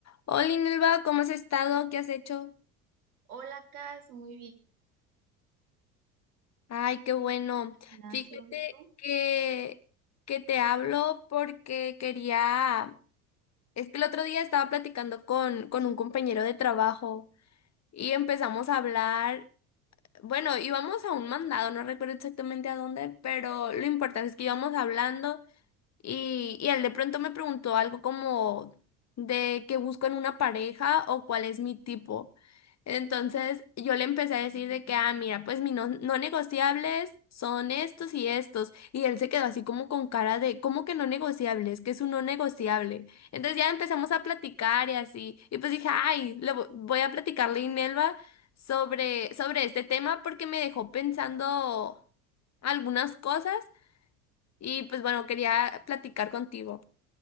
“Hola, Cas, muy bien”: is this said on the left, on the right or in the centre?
Right